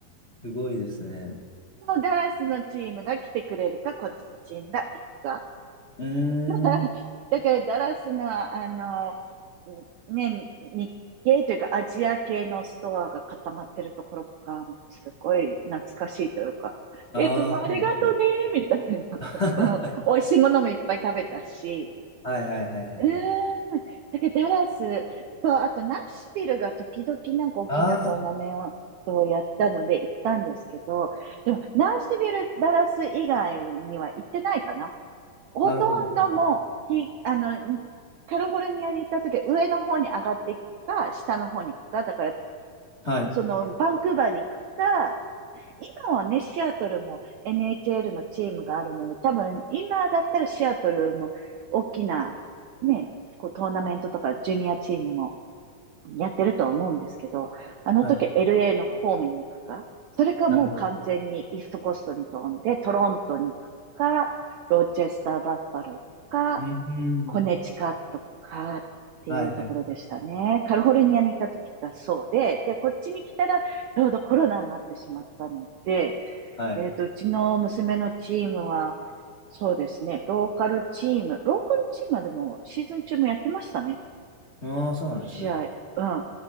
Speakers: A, on the left (about 75°); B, on the right (about 80°).
A: すごいですね。
B: ダラスのチームが来てくれるか、こっちのチームが行くか。
A: うーん。
B: <laughs> だからダラスの、あの、ね、日系というかアジア系のストアが固まってるところとか、すごい懐かしいというか、
A: ああ、
B: いつもありがとね、
A: そうなんですね。
B: みたい
A: <laughs>
B: な。<laughs> うん。美味しいものもいっぱい食べたし、
A: はいはいはいはいはい。
B: うーん。だけど、ダラスと、あと、ナッシュビルが時々なんか大きなトーナメン
A: ああ、
B: トをやったので行ったんですけど、でも、ナッシュビル、ダラス以外には行ってないかな。ほとんどもう、
A: なるほど。なるほど
B: ひ、あの、カリフォルニアに行った時は上の方に上がっていくか、下の方に行くか、だから、
A: はい。
B: その、バンクーバーに行くか、今はね、シアトルも NHL のチームがあるので、多分今だったらシアトルも大きなね、こうトーナメントとかジュニアチームもやってると思うんですけど、あの時
A: はい。
B: LA の方面に行くか、それかもう完全にイーストコーストに飛んでトロントに行くか、
A: なるほど。
B: ロチェスターバッファローか、
A: うーん。
B: コネチカットかっていうところでしたね。
A: はいはい。
B: カリフォルニアにいた時がそうで、で、こっちに来たらちょうどコロナになってしまったので、
A: はい。
B: えっと、うちの娘のチームは、そうですね、ローカルチーム、ローカルチームはでもシーズン中もやってましたね、
A: ああ、そうなんですね。
B: 試合。うん。